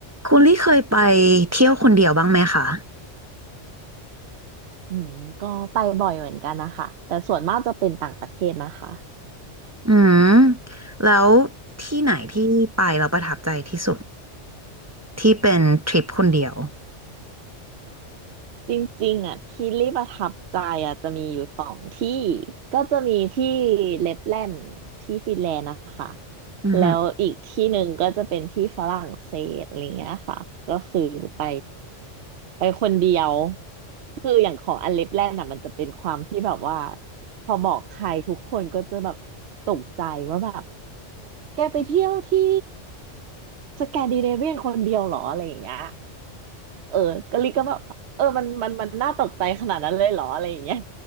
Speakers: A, on the right (about 20°); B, on the right (about 65°).
A: คุณลี่เคยไปเที่ยวคนเดียวบ้างไหมคะ
B: อืมก็ไปบ่อยเหมือนกันนะคะแต่ส่วนมากจะเป็นต่างประเทศนะคะ
A: อืมแล้วที่ไหนที่ไปเราประทับใจที่สุดที่เป็นทริปคนเดียว
B: จริงๆอ่ะที่ลี่ประทับใจอ่ะจะมีอยู่สองที่ก็จะมีที่เลปแลนด์ที่ฟินแลนด์นะคะ
A: อือหือ
B: แล้วอีกที่หนึ่งก็จะเป็นที่ฝรั่งเศสอะไรเงี้ยค่ะก็คือไปไปคนเดียวคืออย่างของอันเลปแลนด์อ่ะมันจะเป็นความที่แบบว่าพอบอกใครทุกคนก็จะแบบตกใจว่าแบบแกไปเที่ยวที่สแกนดิเนเวียนคนเดียวเหรออะไรอย่างเงี้ย เออกะลิก็แบบเออมันมันมันน่าตกใจขนาดนั้นเลยเหรออะไรอย่างเงี้ย